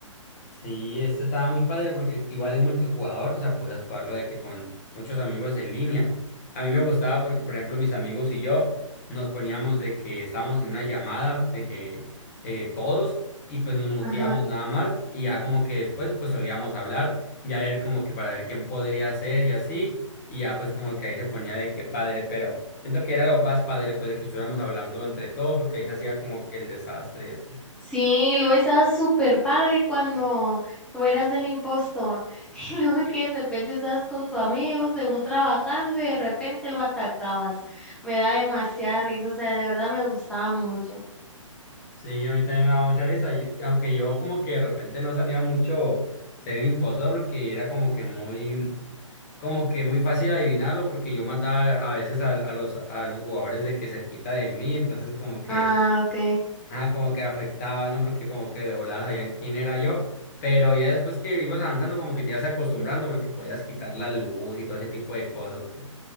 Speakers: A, on the left; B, in the centre.
A: Sí, este estaba muy padre porque igual es multijugador, o sea, podías jugarlo de que con muchos amigos en línea. A mí me gustaba porque, por ejemplo, mis amigos y yo nos poníamos de que estábamos en una llamada de que eh, todos y pues nos muteamos
B: Ajá.
A: nada más y ya como que después pues solíamos hablar, ya ver como que para ver quién podría ser y así, y ya pues como que ahí se ponía de que padre, pero siento que era lo más padre pues de que estuviéramos hablando entre todos porque ahí se hacía como que el desastre y así.
B: Sí, luego estaba súper padre cuando tú eras el impostor. <laughs> Y luego que de repente estabas con tu amigo, según trabajando, y de repente lo atacabas. Me da demasiada risa, o sea, de verdad me gustaba mucho.
A: Sí, a mí también me daba mucha risa, y- aunque yo como que de repente no sabía mucho ser el impostor porque era como que muy, como que muy fácil adivinarlo porque yo mataba a veces a, a los, a los jugadores de que cerquita de mí, entonces como que,
B: Ah, ok.
A: ah, como que afectaba, ¿no? Porque como que de volada sabían quién era yo, pero ya después que ibas avanzando como que te ibas acostumbrando porque podías quitar la luz y todo ese tipo de cosas.